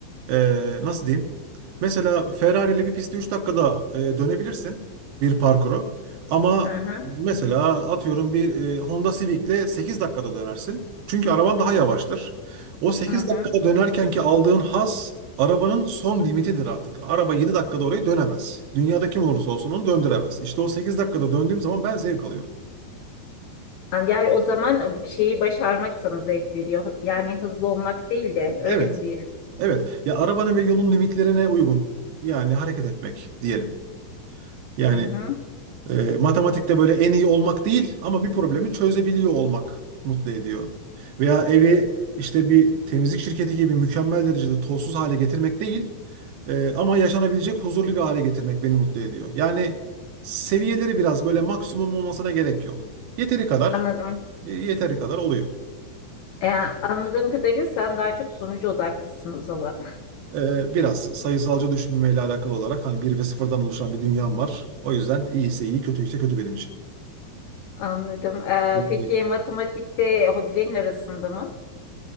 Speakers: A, on the right; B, on the left.
A: e, nasıl diyeyim? Mesela Ferrari ile bir pistte 3 dakikada e, dönebilirsin bir parkuru. Ama
B: Hı hı.
A: mesela atıyorum bir e, Honda Civic ile 8 dakikada dönersin. Çünkü araban daha yavaştır. O sekiz
B: Hı hı.
A: dakikada dönerken ki aldığın haz Arabanın son limitidir artık. Araba 7 dakikada orayı dönemez. Dünyada kim olursa olsun onu döndüremez. İşte o 8 dakikada döndüğüm zaman ben zevk alıyorum.
B: Yani yani o zaman şeyi başarmak sana zevk veriyor. Yani hızlı olmak değil de öyle
A: Evet,
B: mi diyelim?
A: evet. Ya arabanın ve yolun limitlerine uygun yani hareket etmek diyelim. Yani
B: Hı hı.
A: E, matematikte böyle en iyi olmak değil ama bir problemi çözebiliyor olmak mutlu ediyor. Veya evi işte bir temizlik şirketi gibi mükemmel derecede tozsuz hale getirmek değil e, ama yaşanabilecek huzurlu bir hale getirmek beni mutlu ediyor. Yani seviyeleri biraz böyle maksimum olmasına gerek yok. Yeteri kadar,
B: Anladım.
A: e, yeteri kadar oluyor.
B: Ee, anladığım kadarıyla sen daha çok sonucu odaklısın o zaman.
A: E, biraz sayısalcı düşünmeyle alakalı olarak hani bir ve sıfırdan oluşan bir dünyam var. O yüzden iyiyse iyi, kötüyse kötü benim
B: <laughs> Anladım. Ee,
A: için.
B: peki matematikte hobilerin arasında mı?